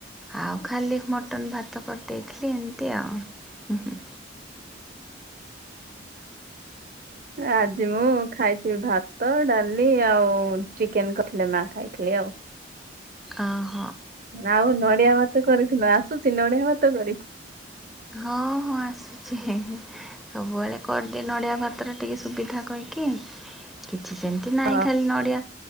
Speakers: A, in the centre; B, on the right.
A: ଆଉ ଖାଲି ମଟନ୍ ଭାତ କରିଦେଇଥିଲି ଏମିତି ଆଉ। ହୁଁ ହୁଁ।
B: ରାଜଜି ମୁଁ। ଖାଇଛି ଭାତ ଡାଲି ଆଉ ଚିକେନ କରିଥିଲେ ମା ଖାଇଥିଲେ ଆଉ।
A: ଆଉ।
B: ଆଉ ନଡିଆ ଭାତ କରିଥିଲ ଆସୁଛି ନଡିଆ ଭାତ କରି?
A: ହଁ ହଁ ଆସୁଛି ସବୁବେଳେ କରିଦିଏ ନଡିଆ ଭାତର। ଟିକେ ସୁବିଧା କହିକି କିଛି ସେମିତି ନାହିଁ
B: ହଁ
A: ଖାଲି ନଡ଼ିଆ